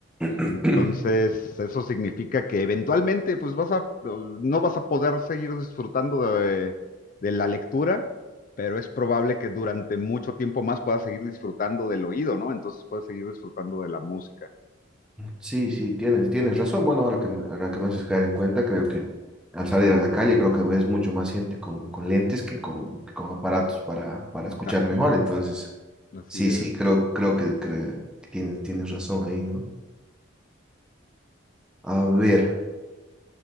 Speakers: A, in the centre; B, on the left.
A: Mm,
B: Entonces, eso significa que eventualmente, pues vas a, no vas a poder seguir disfrutando de, de la lectura, pero es probable que durante mucho tiempo más puedas seguir disfrutando del oído, ¿no? Entonces puedes seguir disfrutando de la música.
A: Sí, sí, tienes, tienes razón. Bueno, ahora que, me- ahora que me haces caer en cuenta, creo que al salir a la calle, creo que ves mucho más gente con, con lentes que con, que con aparatos para, para escuchar
B: Ah,
A: mejor. Entonces,
B: así
A: sí,
B: es.
A: sí, creo, creo que, cre- tienes, tienes razón ahí, ¿no? A ver,